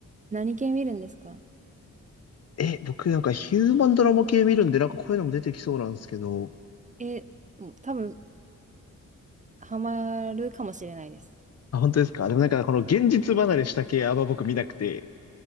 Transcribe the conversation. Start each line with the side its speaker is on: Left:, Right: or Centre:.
Right: 何系見るんですか
Left: え、僕なんかヒューマンドラマ系見るんで、なんかこういうのも出てきそうなんですけど。
Right: え、もう多分、ハマるかもしれないです。
Left: あ、本当ですか。でもなんかこの現実離れした系あんま僕見なくて、